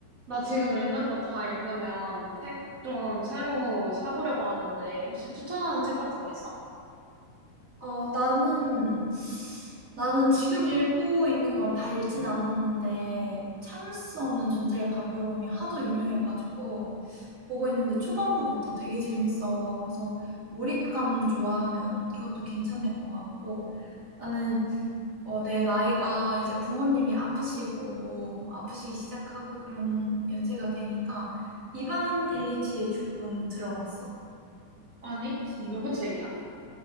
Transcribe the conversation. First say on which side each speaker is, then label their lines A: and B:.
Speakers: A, on the right; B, on the right.
A: 나 지금 읽는 거 다 읽으면 책 좀 새로 사보려고 하는데, 혹시 추천하는 책 같은 거 있어?
B: 어 나는 나는 지금 읽고 있는 건 다 읽진 않았는데 참을 수 없는 존재의 가벼움이 하도 유명해 가지고 보고 있는데 초반부부터 되게 재밌어. 그래서 몰입감 좋아하면 이것도 괜찮을 것 같고 나는 어 내 나이가 이제 부모님이 아프시고 뭐 아프시기 시작하고 그런 연세가 되니까 이반 일리치에 조금 들어봤어?
A: 아니?
B: 혹시
A: 누구 책이야?